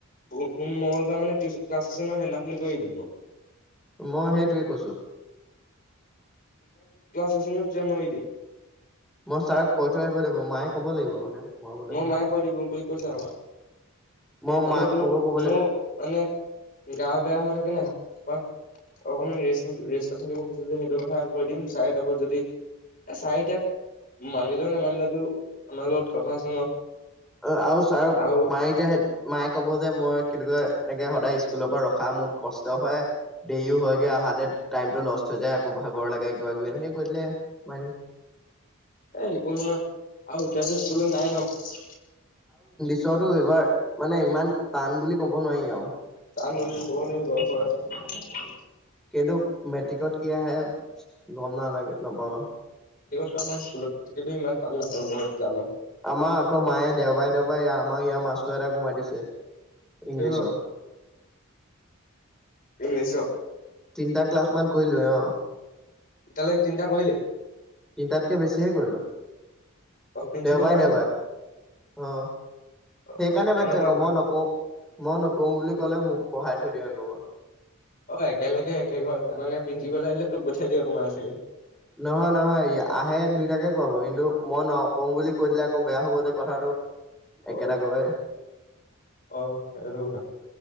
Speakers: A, on the left; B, in the centre.
A: সোম, মংগল। বাৰ মানে ক্লাছ আছে ন' সেইদিনাখন কৰি দিম মই।
B: মই সেইটোৱে কৈছো।
A: কুৱেশনত যে মই
B: মই ছাৰক কৈ থৈ আহিব লাগিব মায়ে ক'ব লাগিব মানে। মই গ'লে
A: মোৰ
B: নহয়।
A: মায়ে কৈ দিব বুলি কৈছে আমাক।
B: মই
A: মানে
B: মাক
A: তোৰ,
B: ক'ব ক'ব লাগিব
A: মোৰ, মানে গাৱ বেয়া হৈ থাকে ন' কোৱা? অকমান ৰেষ্ট ৰেষ্টত থাকিব কৈছে যে সেইটো কথা কৈ দিম ছাৰে তাপা যদি এ ছাৰে এতিয়া, মানিলও নেমানিলেও, টো আমাৰ লগত কথা আছে ন'।
B: অ', আৰু ছাৰক
A: আৰু
B: মায়ে এতিয়া, মায়ে ক'ব যে মই কেনেকুৱা লাইক কে সদায় স্কুলৰ পৰা ৰখা মোৰ কষ্ট হয়, দেৰিও হয়গে আহালে। টাইমটো লষ্ট হৈ যায় আকৌ ভাগৰ লাগে কিবা কিবি এনেকে কৰি দিলে, মানি।
A: এ সেইবোৰ নোৱাৰো, আৰু এতিয়াটো শিকিবলৈ নাই ন'।
B: পিছতো এইবাৰ, মানে ইমান টান বুলি কব নোৱাৰি আৰু।
A: টান বুলি কব নোৱাৰি বাউ পাই।
B: কিন্তু মেট্ৰিকত কি আহে, গম নালাগে নাপাও ন'।
A: <unintelligible> কিন্তু ইমান টান নহবো মই জানো।
B: আমাৰ আকৌ মায়ে দেওবাৰে দেওবাৰে আমাৰ ইয়াৰ মাষ্টৰ এটাকো মাতিছে। ইংলিছৰ।
A: কিয় ইংলিছৰ।
B: তিনিটা ক্লাছ মান কৰিলোঁ অ,
A: এতিয়ালৈকে তিনিটা কৰিলি?
B: তিনটাতকে বেছিহে কৰিলোঁ।
A: অ প্ৰিন্সিপাল
B: দেওবাৰে
A: কৰাই
B: দেওবাৰে,
A: নহয়
B: অ,
A: অ
B: সেইকাৰণে
A: কেনেকুৱা
B: মাতছে আকৌ
A: কৰে
B: মই নকওঁ, মই নকওঁ বুলি ক'লে মোক। বঢ়হাই থৈ দিয়া আকৌবাৰ।
A: অ', একেলগে একে ঘৰ মানে প্ৰিন্সিপাল আহিলে তোক পঠিয়াই দিয়ে <unintelligible> চাগে।
B: নহয়, নহয়, আহে দুইটাকে কৰাব কিন্তু মই নকম বুলি কৈ দিলে আকৌ বেয়া হব যে কথাটো।
A: অ',
B: একেটা ঘৰৰে
A: অ, এটো কথা।